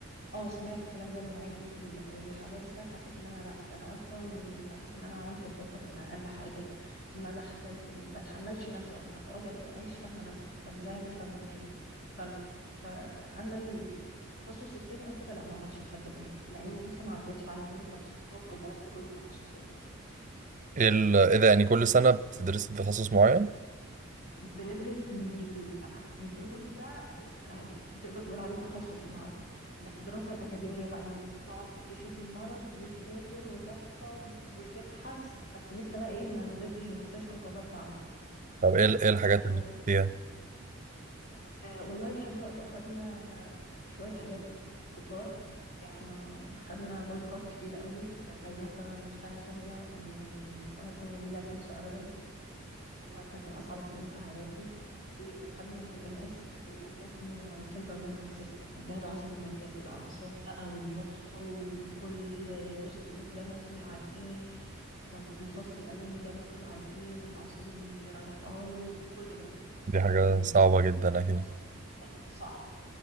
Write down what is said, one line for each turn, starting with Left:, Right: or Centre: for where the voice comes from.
Left: اه سمعت الكلام ده من عيلتي واللي واللي حواليا بس انا حسيت ان انا لا ده انا اصلا بحس ان انا كنت بتوتر من اقل حاجه ما بحتم... بتحملش نفسي اصلا في اوقات ما ببقاش فاهمه نفسي طب ازاي هتفهم الناس فلا فاما التخصص التاني او كده لا ما اعرفش لحد الان مع اني لسه ما عدتش على كل التخصصات او درست كل التخصصات
Right: ايه ال- ايه ده يعني كل سنه بتدرسي تخصص معين
Left: بندرس مديول بقى مديول ده آه، تقدر تقول عليه تخصص معين بس الدراسة الأكاديمية بقى إنك تقعد تشوف المرض وتذاكر وتحفظ وتبحث بس لسه بقى إيه ما نزلتش المستشفى وجربت عملي
Right: طب ايه ال- ايه الحاجات
Left: يعني
Right: اللي بتدرسيها
Left: آه والله لحد دلوقتي أخدنا شوية حاجات كتار يعني أخدنا بلقات كبيرة قوي زي مثلا السنة تانية من السنة التانية دي لا تنسى أبدا والله كانت من اصعب السنين في حياتي في خدنا سي ان اس سي ان اس ده اسمه سنترال نيرفس سيستم الجهاز العصبي المركزي الاعصاب بقى والمخ وكل جزء في المخ ده مسؤول عن ايه طب الفص الامامي ده مسؤول عن ايه والاعصاب اللي رايحه له وكل ده
Right: دي
Left: ده كان
Right: حاجه صعبه جدا اكيد
Left: فصل ص- صعب